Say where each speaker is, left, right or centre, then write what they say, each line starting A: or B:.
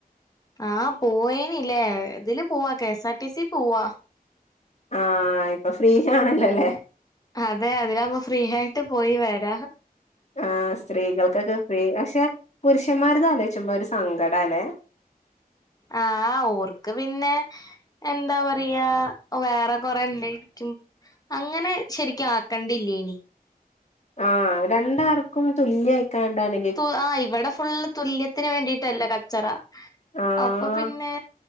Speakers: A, on the left (about 25°); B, on the left (about 45°).
A: ആഹാ പോയേനില്ലേ ഇതില് പോവാ കെഎസ് ആർ ടി സി പോവാ
B: ആഹാ ഇപ്പൊ ഫ്രീ ആണല്ലോല്ലേ
A: അതെ അതിലവുമ്പോ ഫ്രീ ആയിട്ട് പോയി വരാം
B: ആ സ്ത്രീകൾക്കൊക്കെ ഫ്രീ പക്ഷെ പുരുഷന്മാരത്ആലോയ്ച്ചപ്പോ ഒരു സങ്കട ല്ലേ
A: ആഹ ഓർക്ക് പിന്നെ എന്താ പറയാ വേറെ കുറെ ഉണ്ടായിരിക്കും അങ്ങനെ ശരിക്ക് ആക്കണ്ടിലേയി നി
B: ആരണ്ടാൾക്കും തുല്യയിക്കാണ്ടാണ്
A: തു ആ ഇവിടെ ഫുള്ള് തുല്യത്തിന് വേണ്ടിട്ടല്ലെ കച്ചറ
B: ആഹ്
A: അപ്പൊ പിന്നെ